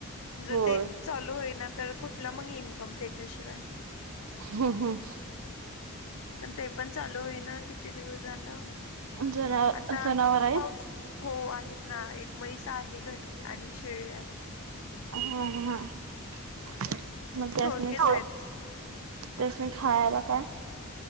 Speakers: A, on the left; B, on the right.
A: जर
B: होय
A: ते चालू होईना तर कुठलं मगं ईनकम त्याच्याशिवाय
B: हम्म हम्म
A: पण ते पण चालू होईना किती दिवस झालं
B: हम्म जना
A: आता
B: जनावर आहेत
A: पाऊस हो आहेत ना एक म्हैस आहे घरी आणि एक शेळी आहे.
B: हा ह हा मग त्यासनी
A: थोडकेच
B: खा
A: आहेत.
B: त्यासनी खायला काय?